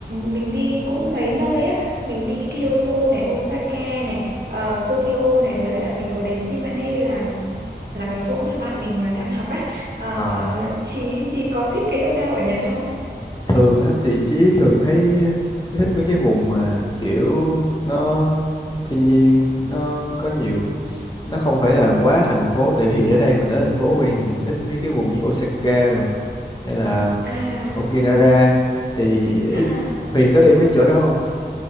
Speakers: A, on the right (about 65°); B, on the left (about 25°).
A: mình đi cũng mấy nơi á mình đi Kyoto này Osaka này ờ, Tokyo này với lại là mình có đến Shimane là là cái chỗ mà bạn mình à, đang học á Ờ,
B: ờ.
A: chị chị có thích cái chỗ nào ở Nhật không
B: thường á thì Chí thường thấy Chí thích mấy cái vùng mà kiểu nó thiên nhiên nó có nhiều nó không phải là quá thành phố tại vì ở đây mình ở thành phố quen rồi mình thích mấy cái vùng như Osaka rồi hay là
A: à
B: Okinawa
A: à
B: thì ý,
A: à
B: Huyền có đi mấy chỗ đó không